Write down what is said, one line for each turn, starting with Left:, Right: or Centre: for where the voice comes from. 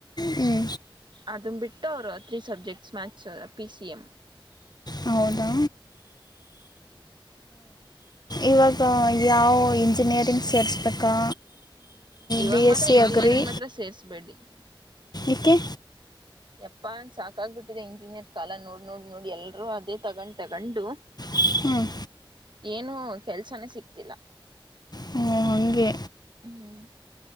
Left: ಹ್ಞೂ
Right: ಅದನ್ನ ಬಿಟ್ಟು ಅವರು three subjects maths P C M.
Left: ಹೌದಾ ಇವಾಗ ಯಾವ ಇಂಜಿನಿಯರಿಂಗ್ ಸೇರ್ಸಬೇಕಾ.
Right: ಇವಾಗ
Left: ಬಿ
Right: ಮಾತ್ರ
Left: ಎಸ್ ಸಿ
Right: ಇಂಜಿನಿಯರಿಂಗ್
Left: ಅಗ್ರಿ
Right: ಮಾತ್ರ ಸೇರಿಸಬೇಡಿ
Left: ಎಕ್ಕೆೆ.
Right: ಯಪ್ಪಾ ಅನ್ ಸಾಕಾಗಬಿಟ್ಟಿದೆ ಇಂಜಿನಿಯರ್ ಕಾಲ ನೋಡ್ ನೋಡ್ ನೋಡಿ ಎಲ್ಲರೂ ಅದೇ ತಗೊಂಡ್ ತಗೊಂಡು.
Left: ಹ್ಮ್
Right: ಏನು ಕೆಲ್ಸನೇ ಸಿಕ್ತಿಲ್ಲ.
Left: ಹ ಹಂಗೆ
Right: ಹ್ಮ್